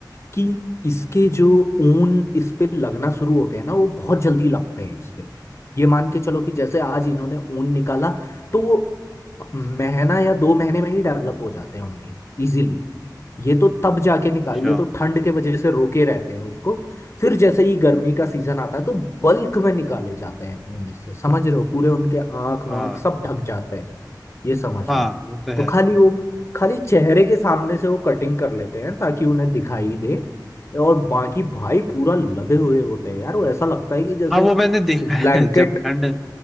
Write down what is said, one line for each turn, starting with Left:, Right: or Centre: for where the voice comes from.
Left: कि इसके जो ऊन इस पे लगना शुरू होते हैं ना वो बहुत जल्दी लगते हैं इस पे ये मान के चलो कि जैसे आज इन्होंने ऊन निकाला तो वो महीना या दो महीने में ही डेवलप हो जाते हैं उनके इजीली ये तो तब जाके निकालिए
Centre: अच्छा
Left: तो ठंड के वजह से रोके रहते हैं उसको फिर जैसे ही गर्मी का सीजन आता है तो बल्क में निकाले जाते हैं ऊन इससे समझ रहे हो पूरे उनके आंख
Centre: हाँ
Left: वाँख सब ढक जाते हैं ये समझ
Centre: हाँ
Left: लो
Centre: वो तो
Left: तो
Centre: है
Left: खाली वो खाली चेहरे के सामने से वो कटिंग कर लेते हैं ताकि उन्हें दिखाई दे और बाकी भाई पूरा लदे हुए होते हैं यार वो ऐसा लगता है कि जैसे
Centre: हाँ वो मैंने देखा
Left: ब्लैंकेट
Centre: है <laughs> जब ठंड